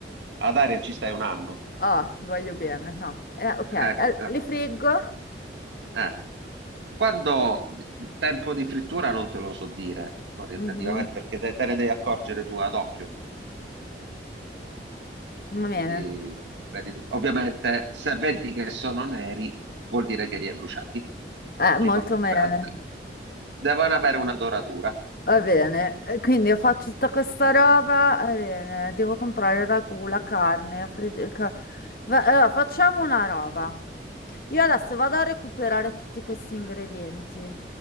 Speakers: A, on the right (about 80°); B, on the left (about 50°).
A: ad aria ci stai un anno.
B: oh, ti voglio bene, no. Eh, ok,
A: eh,
B: eh,
A: capo,
B: li friggo?
A: eh. Quando tempo di frittura non te lo so dire orientativamente
B: Mhm,
A: perché te, te ne devi accorgere tu ad occhio.
B: Va bene,
A: Quindi, vedi tu. Ovviamente, se vedi che sono neri, vuol dire che li hai bruciati. Logico.
B: eh, molto bene.
A: Però devono avere una doratura.
B: Va bene, e quindi io faccio tutta questa roba, va bene, devo comprare il ragù, la carne, la fri- il ca- Va- allora, facciamo una roba. Io adesso vado a recuperare tutti questi ingredienti.